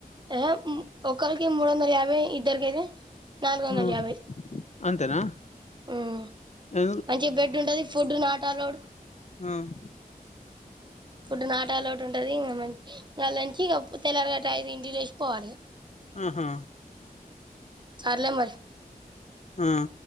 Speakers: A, on the right; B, on the left.
A: ఆహె ఒకరికి మూడు వందల యాభై ఇద్దరికైతే నాలుగు వందల
B: ఆ!
A: యాభై
B: అంతేనా?
A: ఉమ్
B: ఎ
A: మంచిగా బెడ్ ఉంటది ఫుడ్ నాట్ యలోడ్
B: ఆమ్
A: ఇప్పుడు నాటాలోటు ఉంటది ఇంకా మంచి ఇంకాంచి ఇం తెల్లలుగా ట ఇంటికి లేసి వపోవాలేక
B: ఆహా
A: సార్లే మరి
B: ఆమ్